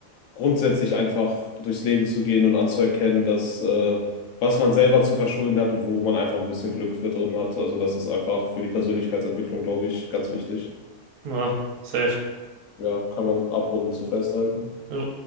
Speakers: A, on the left; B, on the right.
A: grundsätzlich einfach durchs Leben zu gehen und anzuerkennen, dass äh, was man selber zu verschulden hat und wo man einfach ein bisschen Glück für drin hat. Also das ist einfach für die Persönlichkeitsentwicklung, glaube ich, ganz wichtig.
B: Ja, safe.
A: Ja, kann man abrundend so festhalten.
B: Jo.